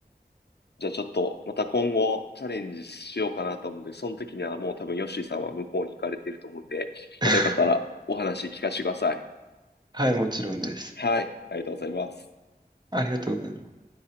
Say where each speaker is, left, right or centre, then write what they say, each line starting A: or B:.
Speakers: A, on the left; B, on the right.
A: じゃあちょっと、また今後チャレンジしようかなと思うんで、その時にはもう多分ヨッシーさんは向こうに行かれていると思うんで、またよかったらお話聞かせてください。
B: <laughs> はい、もちろんです。
A: はい、ありがとうございます。
B: ありがとうございます。